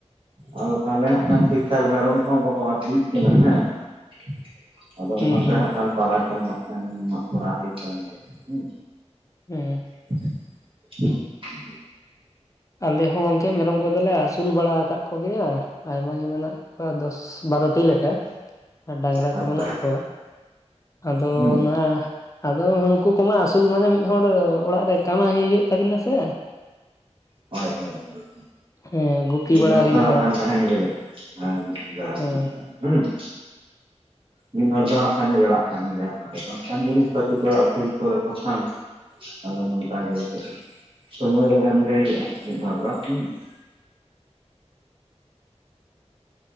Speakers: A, on the right (about 45°); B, on the left (about 30°).
A: ᱟᱫᱚ ᱛᱟᱦᱞᱮ ᱦᱟᱜ ᱠᱷᱟᱱ ᱴᱷᱤᱠ ᱴᱷᱟᱠ ᱢᱮᱨᱚᱢ ᱠᱚᱦᱚᱸ ᱵᱟᱠᱚ ᱟᱛᱤᱭ ᱠᱟᱱᱟ ᱦᱮᱸ ᱾ ᱟᱫᱚ
B: ᱦᱩᱸ
A: ᱚᱱᱟᱛᱮ
B: ᱦᱩᱸ
A: ᱦᱟᱸᱜ ᱠᱷᱟᱱ ᱯᱟᱞᱟ ᱠᱚ ᱢᱟᱜ ᱠᱷᱟᱱ ᱢᱟᱜ ᱵᱟᱲᱟ ᱦᱩᱭᱩᱜ ᱠᱟᱱ ᱜᱮᱭᱟ ᱦᱮᱸ ᱾
B: ᱦᱮᱸ ᱾
A: <inaudible>
B: ᱟᱞᱮ ᱦᱚᱸ ᱜᱚᱢᱠᱮ ᱢᱮᱨᱚᱢ ᱠᱚᱫᱚᱞᱮ ᱟᱹᱥᱩᱞ ᱵᱟᱲᱟ ᱟᱠᱟᱫ ᱠᱚᱜᱮᱭᱟ ᱟᱭᱢᱟ ᱜᱮ ᱢᱮᱱᱟᱜ ᱠᱚᱣᱟ ᱫᱚᱥ ᱥ ᱵᱟᱨᱚᱴᱤ ᱞᱮᱠᱟ ᱟᱨ ᱰᱟᱝᱨᱟ
A: ᱟᱪᱪᱷᱟ
B: ᱠᱚ ᱢᱮᱱᱟᱜ ᱠᱚᱣᱟ ᱾ ᱟᱫᱚ
A: ᱦᱩᱸ
B: ᱚᱱᱟ ᱟᱫᱚ ᱩᱱᱠᱩ ᱠᱚᱢᱟ ᱟᱹᱥᱩᱞ ᱢᱟᱱᱮ ᱢᱤᱫ ᱦᱚᱲ ᱚᱲᱟᱜ ᱨᱮ ᱠᱟᱢ ᱦᱩᱭᱩᱜ ᱛᱟᱵᱤᱱᱟ ᱥᱮ ᱾
A: ᱦᱳᱭ ᱦᱳᱭ ᱦᱳᱭ
B: ᱦᱮᱸ ᱜᱩᱯᱤ
A: ᱢᱤᱫ
B: ᱵᱟᱲᱟ
A: ᱦᱚᱲ
B: ᱦᱩᱭᱩᱜᱼᱟ
A: ᱫᱚ ᱱᱟᱜ ᱠᱷᱟᱱ ᱛᱟᱦᱮᱱ ᱜᱮ ᱦᱳᱭᱳᱜᱼᱟ ᱾ ᱟᱨ ᱫᱟᱲᱟᱱ
B: ᱦᱮᱸ
A: ᱦᱩᱭᱩᱜᱼᱟ ᱦᱩᱸ ᱾ ᱢᱤᱫ ᱦᱚᱲ ᱫᱚ ᱦᱟᱸᱜ ᱠᱷᱟᱱᱮ ᱡᱚᱲᱟᱜ ᱠᱟᱱ ᱜᱮᱭᱟ ᱚᱱᱟ ᱨᱮᱫᱚ ᱦᱟᱜ ᱠᱷᱟᱱ ᱡᱤᱱᱤᱥ ᱯᱟᱹᱛᱤ ᱠᱚ ᱟᱹᱥᱩᱞ ᱠᱚᱨᱮᱠᱚ ᱠᱷᱟᱱ ᱟᱫᱚ ᱱᱚᱝᱠᱟ ᱜᱮ ᱠᱟᱹᱴᱤᱡ ᱥᱚᱢᱚᱭ ᱫᱚ ᱮᱢᱜᱮ ᱦᱩᱭᱩᱜᱼᱟ ᱢᱤᱫᱵᱟᱨ ᱫᱚ ᱦᱩᱸ ᱾